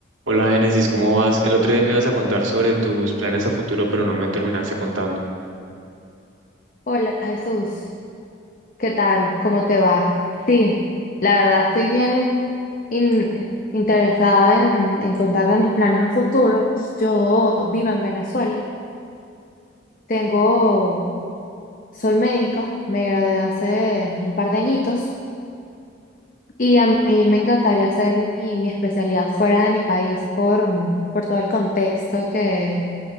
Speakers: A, on the right (about 85°); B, on the left (about 45°).
A: Hola Génesis, ¿cómo vas? El otro día me ibas a contar sobre tus planes a futuro, pero no me terminaste contando.
B: Hola Jesús, ¿qué tal? ¿Cómo te va? Sí, la verdad estoy bien in- interesada en, en contarte mis planes a futuro. Yo vivo en Venezuela, tengo, soy médico, me gradué hace un par de añitos y a mí me encantaría hacer mi, mi especialidad fuera de mi país por, por todo el contexto que,